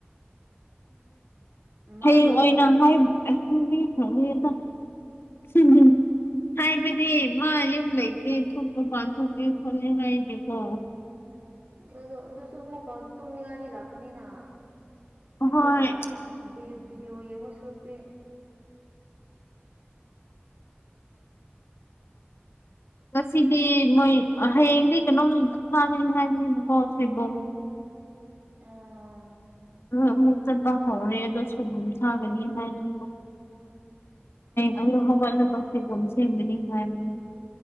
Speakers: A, on the right (about 55°); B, on the left (about 75°).
A: ꯃꯥꯗꯣ
B: ꯍꯌꯦꯡ ꯑꯣꯏꯅ ꯍꯥꯏ ꯑꯁꯤꯅꯤ ꯈꯪ ꯍꯥꯏꯕꯗꯤ ꯃꯥ ꯌ ꯂꯩꯇꯦ ꯊꯣꯛꯄ ꯄꯥꯟ ꯊꯣꯛꯂꯦ ꯈꯣꯠꯂꯉꯅꯦꯀꯣ
A: ꯑꯗꯨ ꯑꯗꯨꯁꯨ ꯑꯃꯨꯛꯀ ꯇꯨꯝꯅꯤꯡꯉꯥꯗꯤ ꯂꯥꯛꯀꯅꯤꯅ ꯍꯤꯞꯂꯒ
B: ꯍꯣꯏ
A: ꯚꯤꯗꯤꯑꯣ ꯌꯦꯡꯕ ꯁꯨꯔꯨꯛꯇꯤ
B: ꯉꯁꯤꯗꯤ ꯃꯣꯏ ꯍꯌꯦꯡꯗꯤ ꯀꯩꯅꯣꯝ ꯊꯥꯒꯅꯤ ꯍꯥꯏꯕꯅꯦꯕꯀꯣ ꯁꯣꯏꯕꯣꯅꯦ
A: ꯑꯥ
B: ꯑꯃꯨꯛ ꯆꯠꯄ ꯍꯧꯔꯦ ꯑꯗꯣ ꯁꯣꯏꯕꯨꯝ ꯁꯥꯒꯅꯤ ꯍꯥꯏꯗꯨꯅꯤ
A: ꯑꯣ
B: ꯑ
A: ꯑꯣ
B: ꯍꯋꯥꯜ
A: ꯑꯣ
B: ꯅ ꯄ ꯝꯁ ꯍꯥꯏ <inaudible>